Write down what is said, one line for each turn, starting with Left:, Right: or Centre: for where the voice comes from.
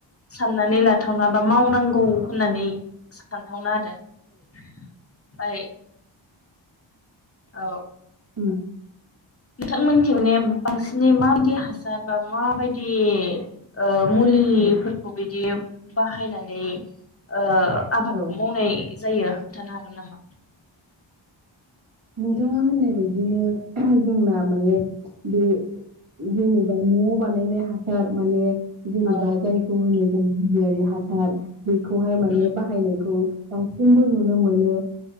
Left: साननानै लाथावना बा मावनांगौ होननानै सान थावना आरो ओमफ्राय औ
Right: ओम
Left: नोंथांमोनथिजाय बांसिनै माबायदि हासार बा माबायदि ओ मुलिफोरखौ
Right: औ
Left: बिदि बाहायनानै ओ ओ आबादखौ
Right: औ
Left: मावनाय जायो खोनथानो हागोन नामा?
Right: नोंथाङा होननाय बायदिनो जोंना माने बे जेनेबा नआव बानायनाय हासार माने जेनेबा
Left: औ
Right: जायखौ होनो <unintelligible> हासार बेखौहाय माने
Left: उम
Right: बाहायनायखौ दासिमबो नुनो मोनो